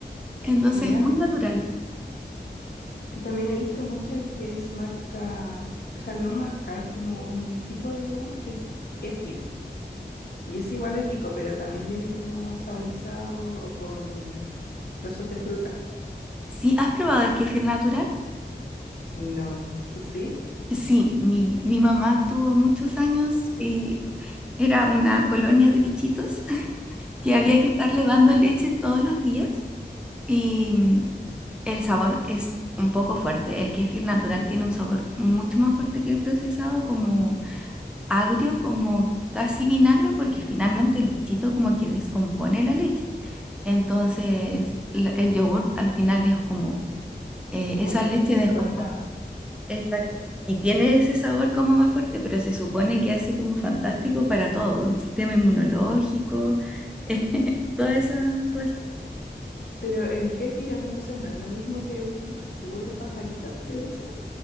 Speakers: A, in the centre; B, on the left.
A: Entonces
B: ¿Ya?
A: es muy natural.
B: También he visto mucho el que es marca, o sea, no marca, es como un tipo de yogur que es kéfir. Y ese igual es rico, pero también viene como saborizado o con trozos de fruta.
A: ¿Sí has probado el kéfir natural?
B: No, ¿tú sí?
A: Sí, mi, mi mamá tuvo muchos años y era una colonia de bichitos <laughs> que había que estarle dando leche todos los días. Y mm, el sabor es un poco fuerte. El kéfir natural tiene un sabor mucho más fuerte que el procesado, como agrio, como casi vinagre, porque finalmente el bichito como que descompone la leche. Entonces, la- el yogur al final es como eh, esa
B: Como
A: leche
B: una leche
A: descompuesta.
B: cortada.
A: Exacto. Y tiene ese sabor como más fuerte, pero se supone que hace como fantástico para todo, el sistema inmunológico, <laughs> todas esas, todas esas.
B: Pero el kéfir entonces no es lo mismo que el yogur de pajarito que le dicen.